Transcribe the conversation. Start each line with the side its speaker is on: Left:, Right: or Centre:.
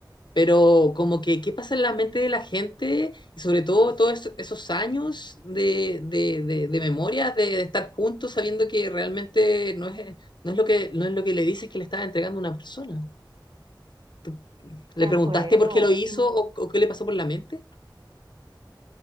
Left: pero como que qué pasa en la mente de la gente y sobre todo todos esos, esos años de, de, de, de memoria, de, de estar juntos sabiendo que realmente no es, no es lo que, no es lo que le dices que le estás entregando a una persona. ¿Tú- ¿Le
Right: De acuerdo.
Left: preguntaste por qué lo hizo
Right: Y
Left: o, o qué le pasó por la mente?